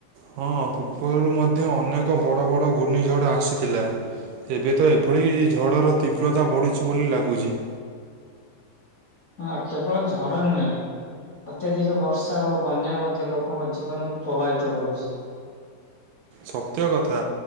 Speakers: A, on the right; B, on the left.
A: ହଁ ପୂର୍ବରୁ ମଧ୍ୟ ଅନେକ ବଡ଼ ବଡ଼ ଘୂର୍ଣ୍ଣିଝଡ଼ ଆସିଥିଲା। ଏବେ ତ ଏଭଳି ଝଡ଼ର ତୀବ୍ରତା ବଢୁଚି ବୋଲି ଲାଗୁଚି।
B: ହଁ କେବଳ ଝଡ ନୁହେଁ ଅତ୍ୟାଧିକ ବର୍ଷା ଓ ବନ୍ୟା ମଧ୍ୟ ଲୋକଙ୍କ ଜୀବନକୁ ପ୍ରଭାବିତ କରୁଚି।
A: ସତ୍ୟ କଥା